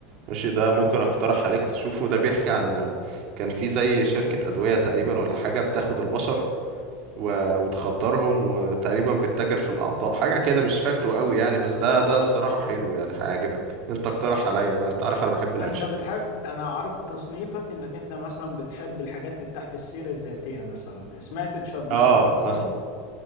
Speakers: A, on the right; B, on the left.
A: ماشي ده ممكن اقترح عليك تشوفه ده بيحكي عن كان في زي شركة أدوية تقريبا ولا حاجة بتاخد البشر و... وتخدرهم وتقريبا بتتاجر في الأعضاء حاجة كده مش فاكره قوي يعني بس ده ده الصراحة حلو يعني هيعجبك انت اقترح عليا بقى انت عارف انا بحب الأكشن
B: أنت بتحب أنا عرفت تصنيفك إنك أنت مثلا بتحب الحاجات اللي تحت السيرة الذاتية مثلا سمعت تشيرنوبل
A: اه
B: مثلا
A: مثلا